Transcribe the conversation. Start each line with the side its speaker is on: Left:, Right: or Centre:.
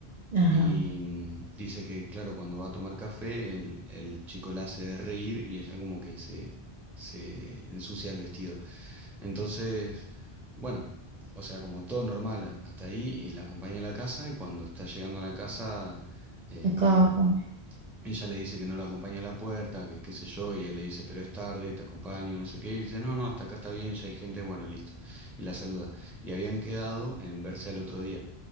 Right: Ajá.
Centre: y mm, dice que, claro, cuando va a tomar café, el, el chico la hace de reír y ella como que se, se ensucia el vestido. Entonces, bueno, o sea, como todo normal a- hasta ahí, y la acompaña a la casa, y cuando está llegando a la casa, eh,
Right: Acaba
Centre: no,
Right: con.
Centre: ella le dice que no lo acompaña a la puerta, que qué sé yo, y él le dice, pero es tarde, te acompaño, no sé qué, y dice, no, no, hasta acá está bien, ya hay gente, bueno, listo, y la saluda. Y habían quedado en verse al otro día.